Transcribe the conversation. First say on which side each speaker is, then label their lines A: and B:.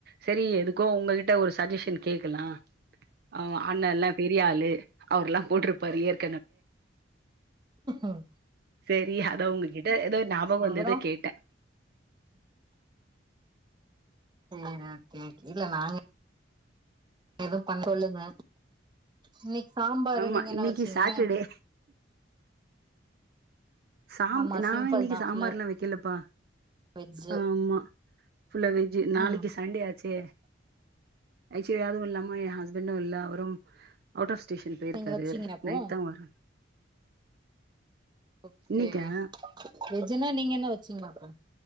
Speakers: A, on the right; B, on the right.
A: சேரி எதுக் கோ உங்ககிட ஒரு சஜஷன் கேக்கலா ஆ அண்ணல பெரியாளு அவுர்லா போட்ருபாரு ஏற்
B: ம்
A: சேரி அ த்தா உங்ககிட்ட எதோ ஞாபக வந்தது
B: அப்புறோ
A: கேட்ட
B: ம் ம் ம் இது நாங்க எதுவு பண்ண சொலுங்க இன்னிக் சாம்பாரு
A: ஆமா
B: நீங்க என்ன
A: இன்னைக்கு
B: வச்சீங்க
A: சாட்டர்டே சாம்
B: ஆமா
A: நா
B: சிம்பிள்
A: இன்னிக்கு
B: தா
A: சாம்பார்லா
B: ஃபுல்லா
A: வெக்கில ப்பா
B: வெஜ்ஜு
A: ஆமா ஃபுல்ல வெஜ்ஜு நாளைக்கு
B: ம்
A: சண்டே ஆச்சே ஐசுயதுவு இலலாம எ ஹஸ்பண்டு இல்ல அவுரு அவுட் ஆப் ஸ்டேஷன் போயிருகாரு
B: நீங்க வச்சீங்க அப்போ
A: நைட்தா வரு
B: ஓக்கே
A: இன்னைக்கா
B: வெஜ்னா நீங்க என வச்சீங்க அப்போ